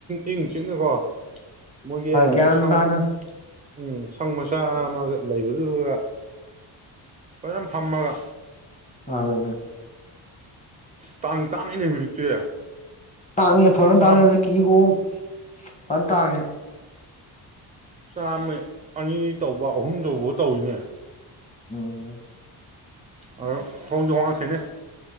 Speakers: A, on the right; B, on the left.
A: ꯏꯪ ꯆꯤꯛꯅꯀꯣ ꯃꯣꯏꯒꯤ
B: ꯌꯥꯟ
A: ꯁꯪ
B: ꯇꯅ
A: ꯎꯝ ꯁꯪ ꯃꯆꯥ ꯑꯃꯒ ꯂꯩꯕꯗꯨꯗꯨꯒ ꯐꯌꯥꯝ ꯐꯝꯃꯒ
B: ꯑꯗꯨꯅꯦ
A: ꯇꯥꯡ ꯇꯥꯡꯉꯅꯦ ꯍꯧꯖꯤꯛꯇꯤ
B: ꯇꯥꯛꯉꯦ ꯐꯖꯅ
A: ꯆꯥꯝ
B: ꯇꯥꯛꯉ ꯑ ꯀꯤꯍꯣꯝ ꯄꯟꯇꯥꯡꯉꯦ
A: ꯆꯥꯃ ꯑꯅꯤ ꯇꯧꯕ ꯑꯍꯨꯝ ꯇꯧꯕ ꯇꯧꯋꯤꯅꯦ
B: ꯎꯝ
A: ꯑ ꯍ‌ꯣꯡꯁꯨ ꯍ‌ꯣꯉꯛꯈꯤꯅꯤ